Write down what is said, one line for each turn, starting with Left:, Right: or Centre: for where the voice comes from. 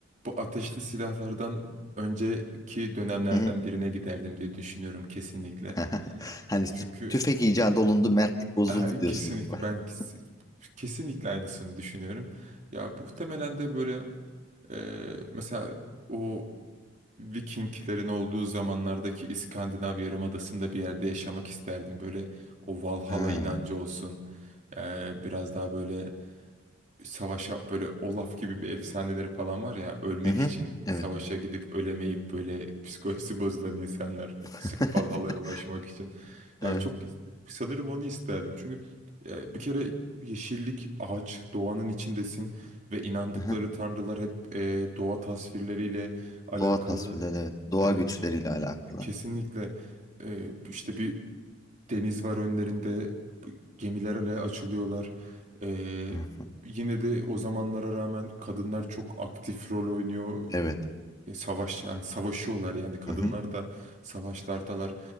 Right: bu ateşli silahlardan önceki dönemlerden
Left: Hı hı.
Right: birine giderdim diye düşünüyorum kesinlikle.
Left: <laughs> Hani tü-
Right: Çünkü
Left: tüfek icat olundu, mertlik bozuldu
Right: Aha,
Left: diyorsunuz.
Right: Kesinlikle
Left: <laughs>
Right: ben kes- kesinlikle aynısını düşünüyorum. Ya bu muhtemelen de böyle e, mesela o Vikinglerin olduğu zamanlardaki İskandinav Yarımadası'nda bir yerde yaşamak isterdim. Böyle o Valhalla
Left: Ha.
Right: inancı olsun. E, biraz daha böyle savaşa böyle Olaf gibi bir efsaneleri falan var ya ölmek
Left: Hı hı.
Right: için
Left: Evet.
Right: savaşa gidip ölemeyip böyle <laughs> psikolojisi bozulan insanlar
Left: <laughs>
Right: sırf Valhalla'ya ulaşmak için. Ya
Left: Evet.
Right: çok sanırım onu isterdim. Çünkü e, bir kere yeşillik, ağaç, doğanın içindesin ve inandıkları
Left: Hı hı.
Right: tanrılar hep e, doğa tasvirleriyle alakalı.
Left: Doğa tasvirleri evet. Doğa
Right: Evet
Left: güçleriyle
Right: işte
Left: alakalı.
Right: kesinlikle e, işte bir Deniz var önlerinde. Gemilerle açılıyorlar. Ee,
Left: Hı hı.
Right: yine de o zamanlara rağmen kadınlar çok aktif rol oynuyor.
Left: Evet.
Right: E, savaş yani savaşıyorlar yani kadınlar
Left: Hı hı.
Right: da savaşlardalar.